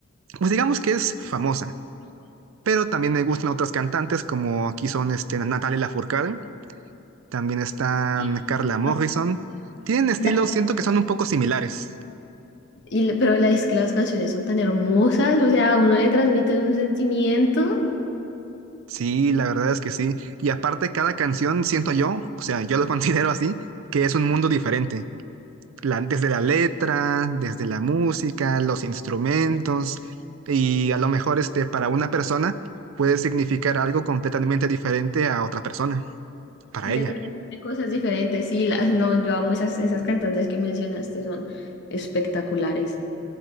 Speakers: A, on the right; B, on the left.
A: pues digamos que es famosa, pero también me gustan otras cantantes como aquí son este, Natalia Lafourcade también están
B: Y-
A: Carla Morrison.
B: no,
A: Tienen estilos,
B: la-
A: siento que son un poco similares.
B: Y, le- pero la, es que las canciones son tan hermosas, o sea, a uno le transmite un sentimiento
A: Sí, la verdad es que sí. Y aparte, cada canción, siento yo, o sea, yo lo <laughs> considero así, que es un mundo diferente. La- desde la letra, desde la música, los instrumentos, y a lo mejor este, para una persona puede significar algo completamente diferente a otra persona, para
B: y le
A: ella.
B: transmite cosas diferentes. Sí, las, no, yo amo esas, esas cantantes que mencionaste, son espectaculares.